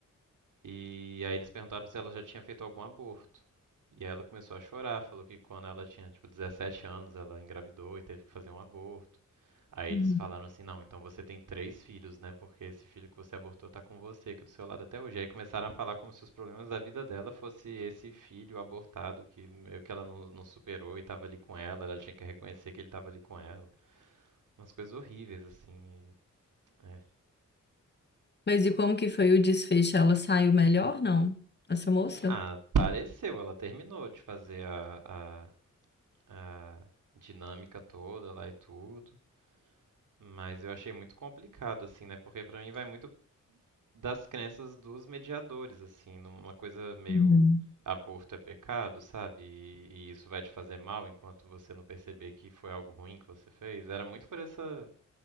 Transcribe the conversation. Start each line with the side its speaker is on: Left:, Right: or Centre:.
Right: E aí eles perguntaram se ela já tinha feito algum aborto. E aí ela começou a chorar, falou que quando ela tinha, tipo, 17 anos, ela engravidou e teve que fazer um aborto. Aí
Left: Uhum.
Right: eles falaram assim, não, então você tem três filhos, né? Porque esse filho que você abortou tá com você aqui do seu lado até hoje. Aí começaram a falar como se os problemas da vida dela fosse esse filho abortado que meio que ela não, não superou e tava ali com ela, ela tinha que reconhecer que ele tava ali com ela. Umas coisas horríveis, assim. e- é.
Left: Mas e como que foi o desfecho? Ela saiu melhor, não? Essa moça?
Right: Ah, pareceu, ela terminou de fazer a, a, a dinâmica toda lá e tudo. Mas eu achei muito complicado, assim, né? Porque pra mim vai muito das crenças dos mediadores, assim, numa coisa meio
Left: Uhum.
Right: aborto é pecado, sabe? E, e isso vai te fazer mal enquanto você não perceber que foi algo ruim que você fez. Era muito por essa